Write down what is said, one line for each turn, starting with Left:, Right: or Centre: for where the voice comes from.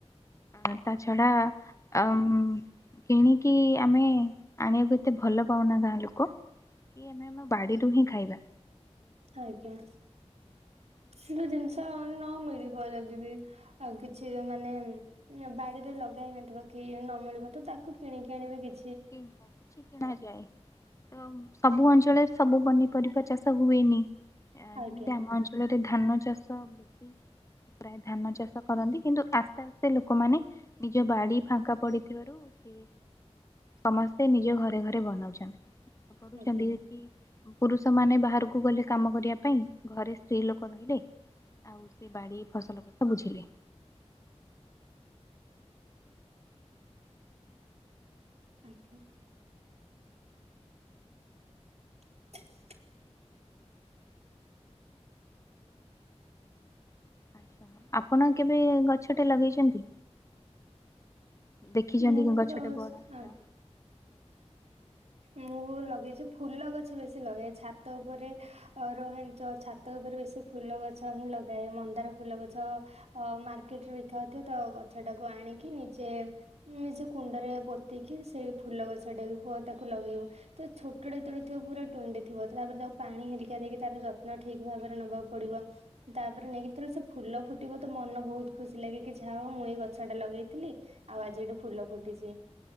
Left: ଆ ତାଛଡ଼ା ଆମ୍ କିଣିକି ଆମେ ଆଣିବାକୁ ଏତେ ଭଲ ପାଉନା ଗାଁ ଲୋକ। କି ଆମେ ଆମ ବାଡିରୁ ହିଁ ଖାଇବା।
Right: ଆଜ୍ଞା।
Left: ହଁ
Right: କିନ୍ତୁ ଜିନିଷ ନ ମିଳିବ ଯଦି ବି ଆ କିଛି ମାନେ ବାଡିରେ ଲଗେଇ ନଥିବ କି ନ ମିଳିବ ତ ତାକୁ କିଣିକି ଆଣିବ କି
Left: କିଣ ନା କିଛି କିଣା ଯାଏ। ତ ସବୁ ଅଞ୍ଚଳରେ ସବୁ ପନିପରିବା ଚାଷ ହୁଏନି।
Right: ଆଜ୍ଞା
Left: ଯେମିତି ଆମ ଅଞ୍ଚଳରେ। ଧାନ ଚାଷ ବେଶୀ,। ପ୍ରାୟ ଧାନ ଚାଷ କରନ୍ତି କିନ୍ତୁ ଆସ୍ତେ ଆସ୍ତେ ଲୋକମାନେ ନିଜ ବାଡି ଫାଙ୍କା ପଡିଥିବାରୁ। ହଁ। ସମସ୍ତେ ନିଜ ଘରେ ଘରେ ବନାଉଛନ୍ତି କରୁଛନ୍ତି
Right: ଆଜ୍ଞା
Left: କି ପୁରୁଷ ମାନେ ବା ବାହାରକୁ ଗଲେ କାମ କରିବା ପାଇଁ ଘରେ ସ୍ତ୍ରୀ ଲୋକ ରହିଲେ। ଆଉ ସେ ବାଡି ଫସଲ କଥା ବୁଝିଲେ।
Right: ଆଚ୍ଛା। <unintelligible>
Left: ଆଛା, ଆପଣ କେବେ ଗଛଟେ ଲଗେଇଛନ୍ତି? ଦେଖିଛନ୍ତି
Right: ମୁଁ
Left: କି ଗଛଟେ
Right: ତ
Left: ବଡ ହେବାର।
Right: ମୁ। ଲଗେଇଛ ଫୁଲ ଗଛ ବେଶୀ ଲଗାଏ ଛାତ ଉପରେ ରହେ ତ ଛାତ ଉପରେ ବେଶୀ ଫୁଲ। ଗଛ ହି ଲଗାଏ, ମନ୍ଦାର ଫୁଲ ଗଛ ମାର୍କେଟରେ ବିକା ହଉଥିବ ତ ଗଛଟାକୁ ଆଣିକି। ନିଜେ ନିଜ କୁଣ୍ଡରେ ପୋତିକି ସେଇ ଫୁଲ ଗଛ ଟାକୁ ହୁଅ ତାକୁ। ଲଗେଇବ। ତ ଛୋଟ ଟେ ଯେତେବେଳେ ଥିବ ପୁରା ଟୁଣ୍ ଟେ ଥିବ ତାପରେ ତାକୁ ପାଣି ହେରିକା ଦେଇକି ତାର ଯତ୍ନ ଠିକ୍ ଭାବରେ। ନବାକୁ ପଡିବ। ତାପରେ ନେଇକି ଯେତେ ବେଳେ ସେ ଫୁଲ ଫୁଟିବ ତ ମନ ବହୁତ ଖୁସି ଲାଗେ କି ଯାହା ହଉ ମୁଁ ଏ। ଗଛ ଟା ଲଗେଇଥିଲି। ଆଉ ଆଜି ଏଠୁ ଫୁଲ ଫୁଟିଛି।